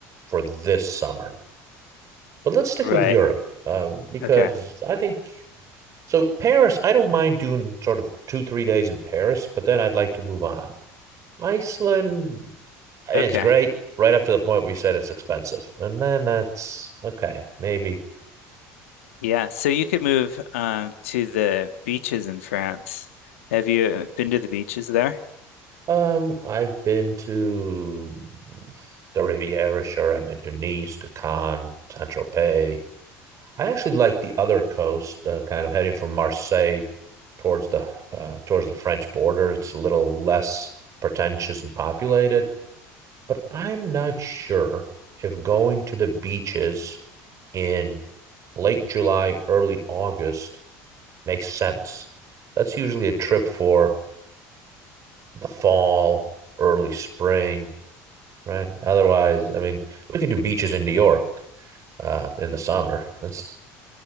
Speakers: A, on the right; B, on the left.
A: for this summer. But let's stick
B: Right.
A: with Europe um, because
B: Okay.
A: I think so Paris, I don't mind doing sort of two, three days in Paris, but then I'd like to move on. Iceland, it's
B: Okay.
A: great right up to the point where you said it's expensive. And then that's okay, maybe.
B: Yeah, so you could move um, to the beaches in France. Have you been to the beaches there?
A: Um, I've been to the Riviera, sure. I've been to Nice, to Cannes, Saint Tropez. I actually like the other coast, uh, kind of heading from Marseille towards the uh, towards the French border. It's a little less pretentious and populated. but I'm not sure if going to the beaches in late July, early August makes sense. That's usually a trip for the fall, early spring, right? Otherwise, I mean, we could do beaches in New York uh, in the summer. That's